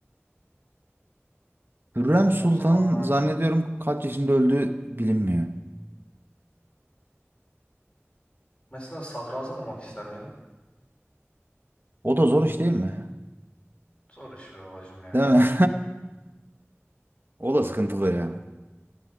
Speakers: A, on the right; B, on the left.
A: Hürrem Sultan'ın
B: O zamanlarda.
A: zannediyorum kaç yaşında öldüğü bilinmiyor.
B: Mesela sadrazam olmak ister miydin?
A: O da zor iş değil mi?
B: Zor iş be babacım ya.
A: Değil mi? <laughs> O da sıkıntılı ya.